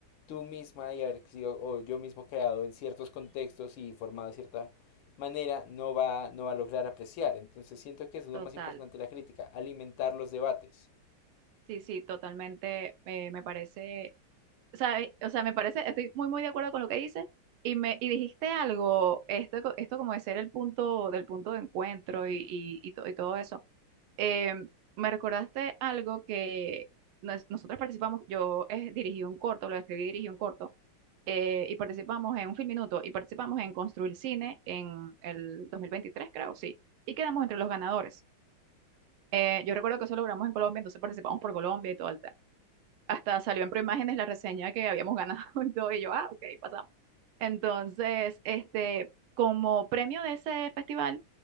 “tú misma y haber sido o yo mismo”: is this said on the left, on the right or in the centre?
Left